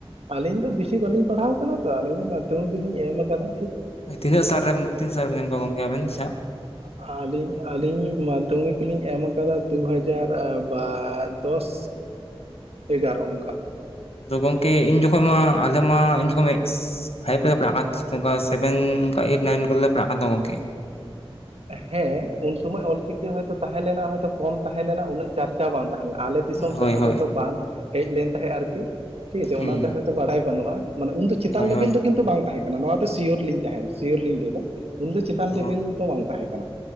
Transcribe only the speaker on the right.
ᱟᱹᱞᱤᱧ ᱫᱚ ᱵᱤᱥᱤ ᱵᱟᱹᱞᱤᱧ ᱯᱟᱲᱦᱟᱣ ᱠᱟᱱᱟ ᱛᱚ ᱟᱹᱞᱤᱧ ᱢᱟᱫᱽᱫᱷᱚᱢᱤᱠ ᱞᱤᱧ ᱮᱢ ᱠᱟᱫᱟ
<inaudible> ᱟᱹᱞᱤᱧ ᱟᱹᱞᱤᱧ ᱢᱟᱫᱽᱫᱷᱚᱢᱤᱠ ᱞᱤᱧ ᱮᱢ ᱠᱟᱫᱟ ᱫᱩ ᱦᱟᱡᱟᱨ ᱵᱟ ᱫᱚᱥ ᱮᱜᱟᱨᱚ ᱚᱝᱠᱟ
ᱦᱮᱸ ᱩᱱ ᱥᱩᱢᱟᱹᱡ ᱚᱞᱪᱤᱠᱤ ᱦᱚᱭᱛᱚ ᱛᱟᱦᱮᱸ ᱞᱮᱱᱟ ᱦᱚᱭᱛᱚ ᱠᱚᱢ ᱛᱟᱦᱮᱸ ᱞᱮᱱᱟ ᱩᱱᱟᱹᱜ ᱪᱟᱨ ᱪᱟ ᱵᱟᱝ ᱛᱟᱦᱮᱸ ᱞᱮᱱᱟ ᱟᱞᱮ ᱫᱤᱥᱚᱢ
ᱥᱮᱫ ᱫᱚ
ᱦᱚᱭᱛᱚ ᱵᱟᱝ ᱦᱮᱡ ᱞᱮᱱ ᱛᱟᱦᱮᱜ ᱟᱨᱠᱤ ᱴᱷᱤᱠ ᱟᱪᱷᱮ
ᱚᱱᱟᱛᱮ ᱦᱚᱭᱛᱳ ᱵᱟᱰᱟᱭ ᱵᱟᱹᱱᱩᱜᱼᱟ ᱢᱟᱱᱮ ᱩᱱᱫᱚ ᱪᱮᱛᱟᱱ
ᱞᱮᱵᱮᱞ
ᱫᱚ ᱠᱤᱱᱛᱩ ᱵᱟᱝ ᱛᱟᱦᱮᱸ ᱠᱟᱱᱟ ᱱᱚᱶᱟ ᱫᱚ ᱥᱤᱭᱳᱨ ᱞᱤᱧ ᱛᱟᱦᱮᱸᱱ ᱥᱤᱭᱳᱨ ᱞᱤᱧ ᱞᱟᱹᱭ ᱫᱟ ᱩᱱ ᱫᱚ ᱪᱮᱛᱟᱱ ᱞᱮᱵᱮᱞ
ᱫᱚ ᱵᱟᱝ ᱛᱟᱦᱮᱸ ᱠᱟᱱᱟ᱾